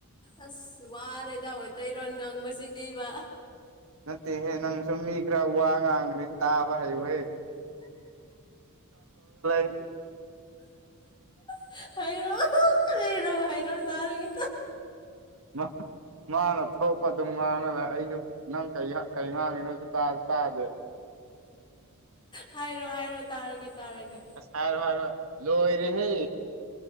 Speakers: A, on the left; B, on the right.
A: ꯑꯁ ꯋꯥꯔꯦꯗ ꯃꯩꯇꯩꯔꯣꯟ ꯉꯥꯡꯕꯁꯤꯗꯤꯕ
B: ꯅꯠꯇꯦꯍꯦ ꯅꯪꯁꯨ ꯃꯤ ꯈꯔ ꯋꯥ ꯉꯥꯡꯈ꯭ꯔꯦ ꯇꯥꯕ ꯍꯥꯏꯌꯨꯍꯦ <unintelligible>
A: UNINTELLIGIBLE
B: INAUDIBLE
A: UNINTELLIGIBLE
B: INAUDIBLE ꯃꯥꯅ ꯊꯣꯛꯄ ꯑꯗꯨꯝ ꯉꯥꯡꯉꯂꯩ ꯑꯩꯁꯨ ꯅꯪ ꯀꯔꯤ ꯍꯥꯢ ꯀꯩ ꯉꯥꯡꯉꯤꯅꯣꯖꯨ ꯇꯥꯖꯨꯇꯥꯗꯦ
A: ꯍꯥꯏꯔꯣꯍꯥꯏꯔꯣ ꯇꯥꯔꯒꯦ ꯇꯥꯔꯒꯦ
B: ꯑꯥꯁ ꯍꯥꯏꯔꯣ ꯍꯥꯢꯔꯣ ꯂꯣꯏꯔꯦ ꯍꯦ